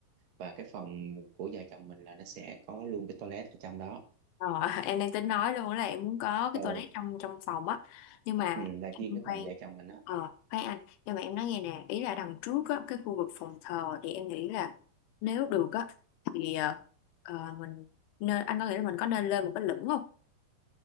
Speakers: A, on the right; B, on the left.
A: và cái phòng của vợ chồng mình là nó sẽ có luôn cái toilet ở trong đó
B: ờ, <laughs> em đang tính nói luôn là em muốn có cái
A: ừ,
B: toilet trong trong phòng á nhưng mà
A: ừ là
B: em
A: riêng cái
B: khoan
A: phòng vợ chồng mình á
B: ờ khoan anh nhưng mà em nói nghe nè ý là đằng trước á cái khu vực phòng thờ thì em nghĩ là nếu được á thì ờ, ờ, mình nên anh có nghĩ là mình có nên lên một cái lửng không